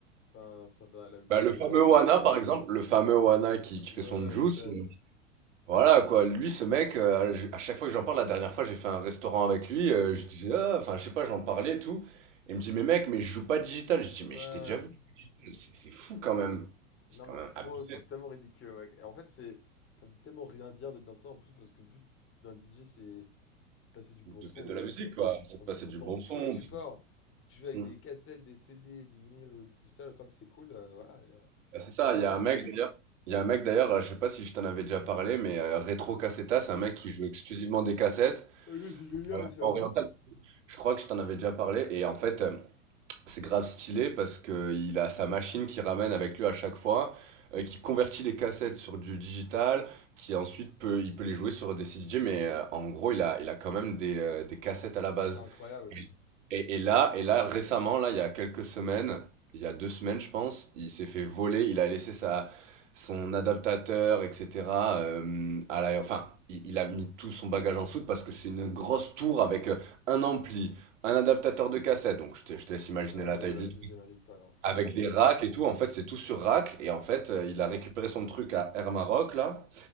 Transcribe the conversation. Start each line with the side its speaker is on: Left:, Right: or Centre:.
Left: Enfin, enfin dans la, le but
Right: bah,
Left: de
Right: le
Left: la,
Right: fameux
Left: de
Right: Wana, par exemple, le fameux Wana qui, qui
Left: la-
Right: fait
Left: Ouais,
Right: son juice,
Left: ouais, je sais.
Right: euh, Voilà quoi, lui ce mec, euh, à je- à chaque fois que j'en parle, la dernière fois j'ai fait un restaurant avec lui, euh, je dis, Ah, enfin je sais pas, j'en parlais et tout. Il me dit, mais mec, mais je joue pas digital. Je dis, mais
Left: Ouais.
Right: je t'ai déjà vu, c'est c'est fou quand même. C'est
Left: Non,
Right: quand
Left: mais
Right: même
Left: c'est trop,
Right: abusé
Left: c'est tellement ridicule, ouais. Et en fait, c'est, ça veut tellement rien dire de dire ça en plus parce que le but d'un DJ, c'est c'est de passer du bon
Right: de
Left: son,
Right: mettre de
Left: quoi.
Right: la musique quoi, ça te
Left: On
Right: passait
Left: s'en on
Right: du
Left: s'en
Right: bon
Left: fout
Right: son.
Left: le support.
Right: du
Left: Quand tu joues avec
Right: bon-
Left: des cassettes, des CD, du vinyle ou du digital, autant que c'est cool, euh, voilà, il y a, y a
Right: Ah, C'est ça,
Left: rien à
Right: il
Left: dire.
Right: y a un mec d'ailleurs, il y a un mec d'ailleurs, euh, je sais pas si je t'en avais déjà parlé, mais euh, Retro Cassetta, c'est un mec qui joue exclusivement des cassettes
Left: Ouais, C'est génial,
Right: euh,
Left: ça.
Right: orientales. Je crois que je t'en avais déjà parlé et en fait. euh, C'est grave stylé parce qu'il a sa machine qui ramène avec lui à chaque fois, euh, qui convertit les cassettes sur du digital, qui ensuite peut, il peut les jouer sur des CDJ, mais euh, en gros, il a, il a quand même des, euh, des cassettes à la base.
Left: C'est incroyable.
Right: Et, et là, et là, récemment, là, il y a quelques semaines, il y a deux semaines, je pense, il s'est fait voler, il a laissé sa, son adaptateur, etc. euh, à la, enfin, il, il a mis tout son bagage en soute parce que c'est une grosse tour avec euh, un ampli, un adaptateur de cassette, donc je te, je te laisse imaginer
Left: Ouais, ouais,
Right: la taille du
Left: j'imagine j'imagine pas, non.
Right: avec des racks et tout, en fait, c'est tout sur rack. Et en fait, euh, il a récupéré son truc à Air Maroc, là,